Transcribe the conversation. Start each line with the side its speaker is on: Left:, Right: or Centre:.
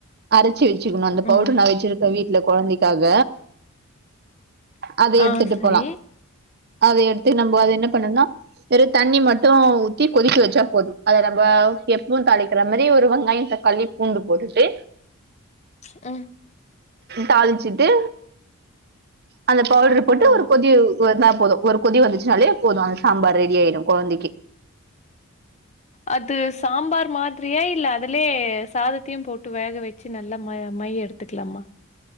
Right: அரச்சி வச்சுக்குணு அந்த
Left: ம்
Right: பவுடரு நா வச்சிருக்கே வீட்ல கொழந்தைக்காக அத
Left: ஆ
Right: எடுத்துட்டு
Left: சரி
Right: போலா அத எடுத்து நம்ப அது என்ன பண்ணுனா வெறு தண்ணி மட்டு ஊத்தி கொதிக்க வச்சா போது, அத நம்ப எப்பவு தாளிக்கிற மாரி ஒரு வெங்காயோ‌ தக்காளி பூண்டு போட்டுட்டு
Left: ஆ
Right: தாளிச்சுட்டு அந்த பவுடரு போட்டு
Left: ஆ
Right: ஒரு கொதி வந்தா போதும் ஒரு கொதி வந்துச்சுனாலே போது அந்த சாம்பார் ரெடி ஆயிடு கொழந்தைக்கி
Left: அது சாம்பார் மாதிரியா இல்ல அதுலயே சாதத்தையு போட்டு வேக வச்சு நல்லா ம மைய எடு த்துக்லாமா